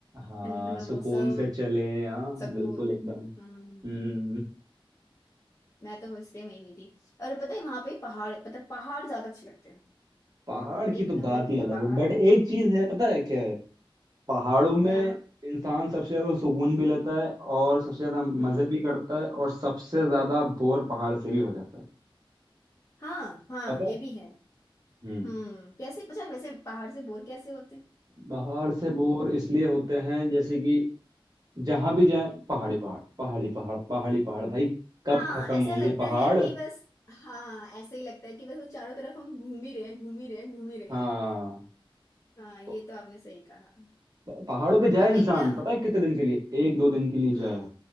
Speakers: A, on the right (about 45°); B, on the left (about 30°).
A: हाँ
B: ठंडा ठंडा
A: सुकून
B: मौसम
A: से चले हाँ
B: सुकून
A: बिल्कुल एकदम
B: हम्म
A: हम्म
B: मैं तो इसलिए वहीं गई थी और पता है वहां पे पहाड़ मतलब पहाड़ ज्यादा अच्छे लगते हैं
A: पहाड़ की
B: एक
A: तो बात
B: नंबर
A: ही
B: के
A: अलग
B: पहाड़
A: है बट एक चीज है पता है क्या है पहाड़ों में
B: क्या
A: इंसान सबसे ज्यादा सुकून भी लेता है और सबसे ज्यादा मजे
B: हम्म
A: भी करता है और सबसे ज्यादा बोर पहाड़ से भी हो जाता है
B: हाँ हाँ
A: पता
B: ये
A: है
B: भी है
A: हम्म
B: हम्म कैसे पता है वैसे पहाड़ से बोर कैसे होते हैं?
A: पहाड़ से बोर इसलिए होते हैं जैसे कि जहां भी जाए पहाड़ी पहाड़ पहाड़ी पहाड़ पहाड़ी पहाड़ भाई कब
B: हाँ
A: खत्म
B: ऐसा
A: होंगे
B: लगता
A: पहाड़
B: है कि बस हाँ ऐसे ही लगता है कि बस वो चारों तरफ हम घूम ही रहे हैं घूम ही रहे हैं घूम ही रहे
A: हाँ
B: हैं हाँ ये
A: तो
B: तो आपने सही कहा
A: प- पहाड़ों पे जाए
B: क्योंकि
A: इंसान
B: ना
A: पता है कितने दिन के लिए एक दो दिन के लिए
B: हम्म
A: जाए